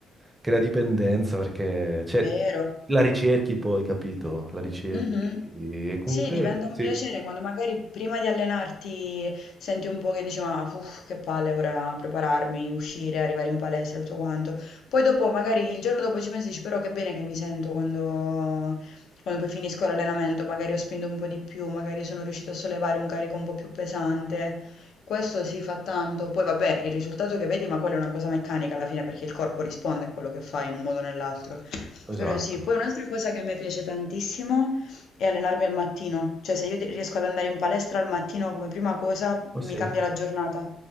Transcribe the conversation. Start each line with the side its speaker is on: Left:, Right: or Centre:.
Right: crea dipendenza perché cioè,
Left: vero.
Right: la ricerchi poi, capito? La ricerchi
Left: Mhm.
Right: e comunque
Left: Sì, diventa un
Right: sì,
Left: piacere quando magari prima di allenarti senti un po' che dici, ma uff, che palle ora prepararmi, uscire, arrivare in palestra, tutto quanto. Poi dopo, magari il giorno dopo ci pensi, e dici, però che bene che mi sento quando, quando poi finisco l'allenamento, magari ho spinto un po' di più, magari sono riuscito a sollevare un carico un po' più pesante. Questo si fa tanto. Poi vabbè, il risultato che vedi, ma quella è una cosa meccanica alla fine perché il corpo risponde a quello che fai in un modo o nell'altro.
Right: esatto.
Left: Però sì, poi un'altra cosa che a me piace tantissimo e allenarmi al mattino, cioè se io de- riesco ad andare in palestra al mattino come prima cosa,
Right: Ma sì.
Left: mi cambia la giornata.